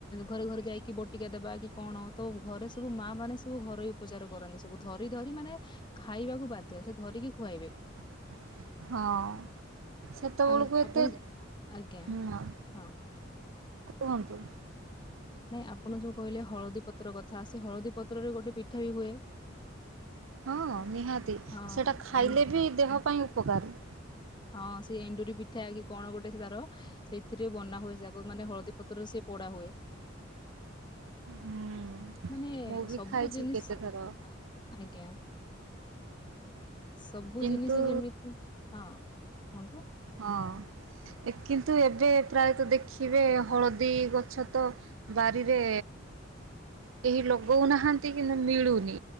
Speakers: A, on the left (about 25°); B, on the right (about 75°).
A: ଘରେ ଘରେ ଯାଇକି ବଟିକା ଦେବା କି କଣ ତ ଘରେ ସବୁ ମା ମାନେ ସବୁ ଘରୋଇ ଉପଚାର କରନ୍ତି ସବୁ ଧରି ଧରି ମାନେ ଖାଇବାକୁ ବାଧ୍ୟ ସେ ଧରିକି ଖୁଆଇବେ।
B: ହଁ। ସେତେବେଳକୁ
A: ଆଉ
B: ଏତେ
A: ଆପଣ ଯ- ଆଜ୍ଞା
B: ହୁଁ
A: ହଁ
B: କୁହନ୍ତୁ।
A: ନାଇଁ ଆପଣ ଯୋଉ କହିଲେ ହଳଦୀ ପତ୍ର କଥା ସେ ହଳଦୀ ପତ୍ରରେ ଗୋଟେ ପିଠା ବି ହୁଏ।
B: ହଁ ନିହାତି
A: ହଁ
B: ସେଇଟା ଖାଇଲେ ବି ଦେହ ପାଇଁ ଉପକାର।
A: ହଁ ସେ ଏଣ୍ଡୁରି ପିଠା କି କଣ ଗୋଟେ ସେ ତାର ସେଇଥିରେ ବନା ହୁଏ ଯକୁ ମାନେ ହଳଦୀ ପତ୍ରରେ ସେଏ ପୋଡା ହୁଏ।
B: ହୁଁ
A: ମାନେ
B: ମୁଁ ବି
A: ସବୁ
B: ଖାଇଛି
A: ଜିନିଷ
B: କେତେଥର
A: ଆଜ୍ଞା ସବୁ
B: କିନ୍ତୁ
A: ଜିନିଷ ଯେମିତି ହଁ। ହନ୍ତ।
B: ହଁ କିନ୍ତୁ ଏବେ ପ୍ରାୟତଃ ଦେଖିବେ ହଳଦୀ ଗଛ ତ ବାରିରେ କେହି ଲଗାଉନାହାନ୍ତି କିନ୍ତୁ ମିଳୁନି